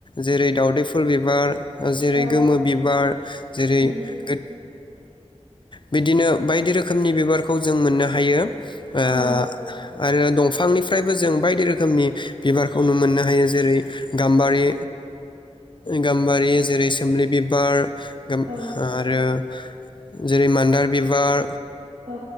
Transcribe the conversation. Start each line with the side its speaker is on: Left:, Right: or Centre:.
Left: जेरै दावदै फुल बिबार जेरै
Right: औ
Left: गोमो बिबार जेरै
Right: उम
Left: <unintelligible> बिदिनो बायदि रोखोमनि बिबारखौ जों मोननो हायो ओ
Right: औ
Left: आरो दंफां निफ्रायबो जों बायदि रोखोमनि बिबारखौ नुनो मोननो हायो जेरै गाम्बारि गाम्बारि जेरै सोमलि बिबार <unintelligible>
Right: औ
Left: जेरै मान्दार बिबार
Right: औ